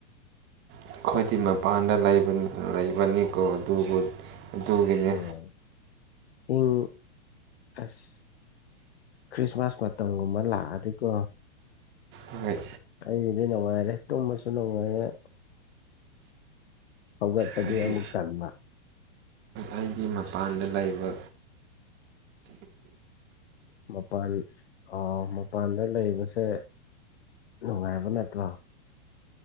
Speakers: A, on the right (about 35°); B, on the left (about 75°).
A: ꯑꯩꯈꯣꯏꯗꯤ
B: ꯍꯣꯏ
A: ꯃꯄꯥꯟꯗ ꯂꯩꯕꯅꯤꯀꯣ ꯑꯗꯨꯕꯨ ꯑꯗꯨꯒꯤꯅꯦ
B: ꯎꯝ ꯏꯪ ꯑꯁ꯫ ꯈ꯭ꯔꯤꯁꯃꯥꯁ ꯃꯇꯝꯒꯨꯝꯕ ꯂꯥꯛꯑꯗꯤꯀꯣ꯫
A: ꯍꯣꯏ꯫
B: ꯑꯩꯒꯤꯗꯤ ꯅꯨꯡꯉꯥꯏꯔꯦ ꯇꯨꯝꯃꯁꯨ ꯅꯨꯡꯉꯥꯏꯔꯦ꯫ ꯍꯧꯒꯠꯄꯗꯤ
A: ꯍꯥꯏꯗꯤ
B: ꯑꯃꯨꯛ ꯇꯟꯕ꯫
A: ꯑꯩꯗꯤ <unintelligible> ꯃꯄꯥꯟꯗ ꯂꯩꯕ꯫
B: ꯃꯄꯥꯟ ꯑꯣ ꯃꯄꯥꯟꯗ ꯂꯩꯕꯁꯦ ꯅꯨꯡꯉꯥꯏꯕ ꯅꯠꯇ꯭ꯔꯣ꯫